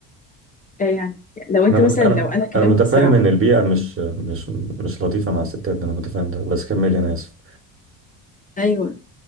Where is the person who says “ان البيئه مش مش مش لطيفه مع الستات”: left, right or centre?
Right